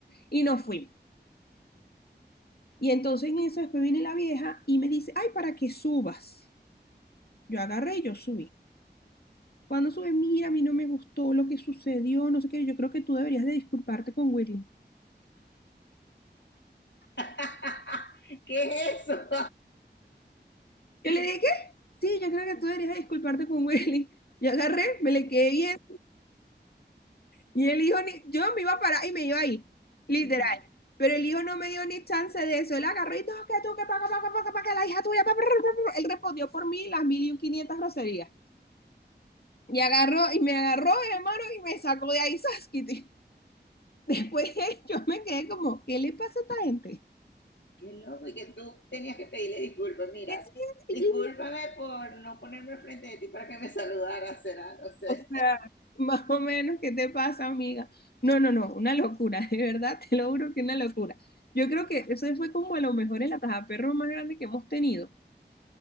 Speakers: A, on the left (about 60°); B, on the left (about 80°).
A: y nos fuimos. Y entonces en eso después viene la vieja y me dice, ay, para que subas. Yo agarré y yo subí. Cuando sube, mira, a mí no me gustó lo que sucedió, no sé qué, yo creo que tú deberías de disculparte con Willy.
B: <laughs> ¿Qué es eso?
A: Yo le dije, ¿qué? Sí, yo creo que tú deberías de disculparte con Willy. Yo agarré, me le quedé bien y el hijo, ni- yo me iba a parar y me iba a ir, literal.
B: <laughs>
A: Pero el hijo no me dio ni chance de eso. Él agarró y todo, que tú, que paga, paga, paga, paga, la hija tuya, pa, pa, pa, pa, pa". Él respondió por mí las mil y un quinientas groserías. Y agarró, y me agarró de mano y me sacó de ahí Saskity. Después <laughs> yo me quedé como, ¿qué le pasa a esta gente?
B: Qué loco, y que tú tenías que pedirle disculpas. Mira,
A: <laughs>
B: discúlpame
A: Y yo,
B: por no ponerme frente de ti para que me saludaras, será, no sé.
A: O sea, más o menos, ¿qué te pasa, amiga? No, no, no, una locura, <laughs> de verdad, te lo juro que una locura. Yo creo que ese fue como a lo mejor el perro más grande que hemos tenido.